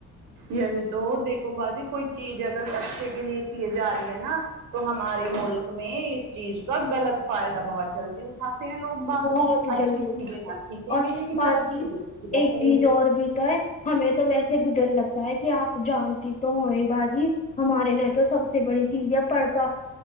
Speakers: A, on the right; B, on the left.
A: یہی تو دیکھو باجی کوئی چیز اگر اچھے کے لیے کیے جا رہی ہے نا تو ہمارے ملک میں اس چیز کا غلط فائدہ بہت جلدی اٹھاتے ہیں لوگ باہر
B: بہت
A: اچھی
B: جلدی
A: چیزیں
B: اٹھاتا
A: نہ
B: ہے
A: سیکھیں
B: اور
A: گے لیکن
B: باجی
A: غلط چیزیں سیکھ جائیں
B: ایک چیز
A: گے
B: اور بھی تو ہے ہمیں تو ویسے بھی ڈر لگتا ہے کہ آپ جانتی تو ہوئے باجی ہمارے یہاں تو سب سے بڑی چیز ہے پردہ